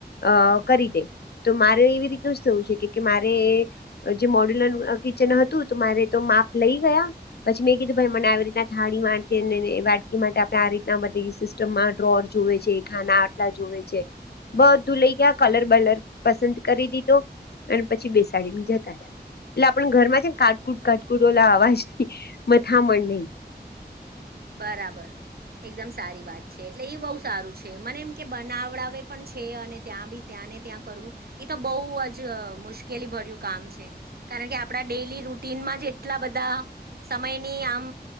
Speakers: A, on the left; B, on the right.
A: અ કરી દે તો મારે એવી રીતનું જ થવું છે કે મારે જે મોડ્યુલરનું કિચન હતું તો મારે તો માપ લઈ ગયા પછી મેં કીધું ભાઈ મને આવી રીતે થાળી વાટકી માટે આપડે આ રીતના બધ સિસ્ટમમાં ડોર જોએ છે ખાના આટલા જોવે છે બધું લઈ ગયા કલર બલર પસંદ કરી દીધો અને પછી બેસાડીને જતા રહ્યા એટલે આપ ઘર માં છે ને કાટકુટ કાટકુટ ઓ અવાજ મથામણ નહી
B: બરાબર એકદમ સારી વાત છે એટલે એ બહુ સારું છે મને એમ કે બનાવડાવે પણ છે અને ત્યાં બી ત્યાં અને ત્યાં કરવુ એ તો બ જ મુશ્કેલી ભર્યું કામ છે કારણ કે આપણા ડેલી રૂ ટીનમાં જ એટલા બધા સમયની આમ